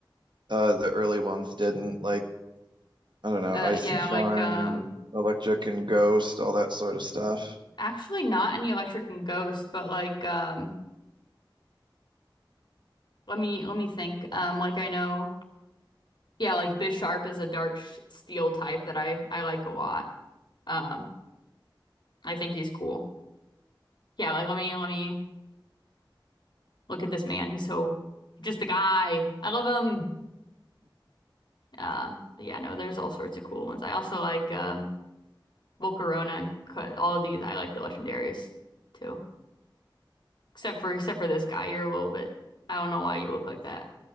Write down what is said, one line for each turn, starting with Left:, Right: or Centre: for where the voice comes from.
Right: uh the early ones didn't. Like, I don't know,
Left: Uh
Right: ice
Left: yeah,
Right: and flying,
Left: like um
Right: electric and ghost, all that sort of stuff.
Left: actually not any electric and ghost, but like um let me let me think. Um like I know yeah, like Bisharp is a dark sh- steel type that I I like a lot. Um I think he's cool. Yeah, like let me let me look at this man. He's so just a guy. I love him. Um, but yeah, no, there's all sorts of cool ones. I also like um Volcarona and Cut all of these. I like the legendaries too. Except for except for this guy, you're a little bit I don't know why you look like that.